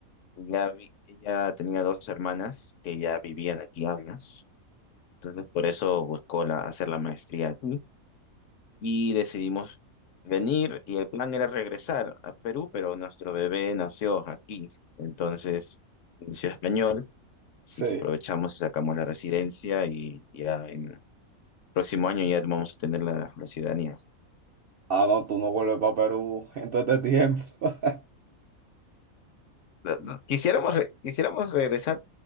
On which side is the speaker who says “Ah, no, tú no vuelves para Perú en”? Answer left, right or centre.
Right